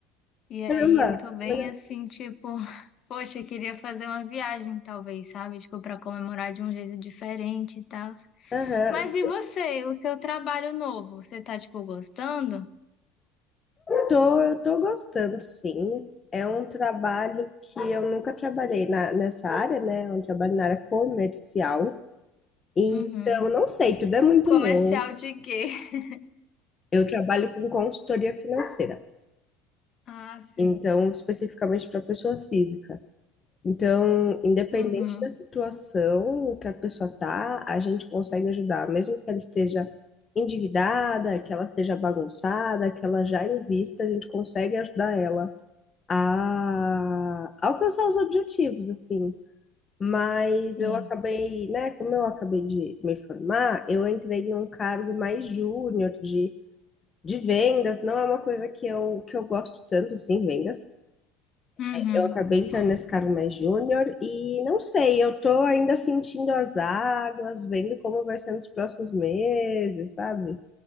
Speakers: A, on the left; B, on the left.
A: E aí
B: Caramba,
A: eu tô bem
B: legal.
A: assim, tipo, <laughs> poxa, eu queria fazer uma viagem, talvez, sabe? Tipo, para comemorar de um jeito diferente e tal.
B: Aham.
A: Mas e você, o seu trabalho novo, você tá, tipo, gostando?
B: Tô, eu tô gostando, sim. É um trabalho que eu nunca trabalhei na, nessa área, né? Eu trabalho na área comercial. Então,
A: Uhum.
B: não sei, tudo é muito
A: Comercial
B: novo.
A: de quê? <laughs>
B: Eu trabalho com consultoria financeira.
A: Ah, sim.
B: Então, especificamente para pessoa física. Então, independente
A: Uhum.
B: da situação que a pessoa tá, a gente consegue ajudar, mesmo que ela esteja endividada, que ela seja bagunçada, que ela já invista, a gente consegue ajudar ela a alcançar os objetivos, assim. Mas
A: Sim.
B: eu acabei, né, como eu acabei de me formar, eu entrei num cargo mais júnior de, de vendas, não é uma coisa que eu, que eu gosto tanto, assim, vendas.
A: Uhum.
B: Eu acabei entrando nesse cargo mais júnior e não sei, eu tô ainda sentindo as águas, vendo como vai ser nos próximos meses, sabe?